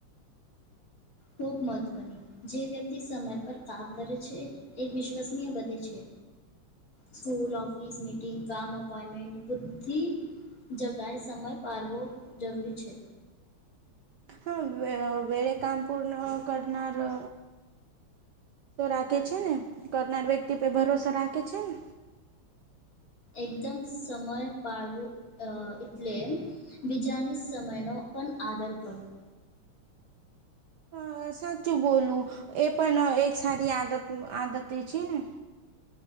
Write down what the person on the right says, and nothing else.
હા વેળ કામ પૂર્ણ કરનાર અ તો રાખે છે ને કરનાર વ્યક્તિ પર ભરોસો રાખે છે ને.
અ સાચું બોલવુ એ પણ એક સારી આદત આદતે છે ને.